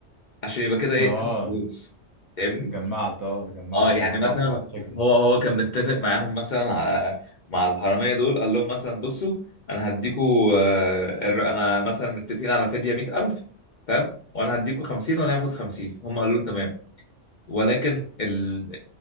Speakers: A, on the left (about 50°); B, on the right (about 25°).
A: عشان يبقى كده إيه
B: اه
A: فلوس فاهمني؟
B: جمعت اه جمعت
A: أه يعني
B: قطعت
A: مثلا
B: على الفكره
A: هو هو كان متفق معاهم مثلا على مع الحرامية دول قال لهم مثلا بصوا أنا هديكوا آه، الر- أنا مثلا متفقين على فدية 100000 فاهم؟ وأنا هديكوا 50 وأنا هاخد 50 هم قالوا له تمام ولكن ال...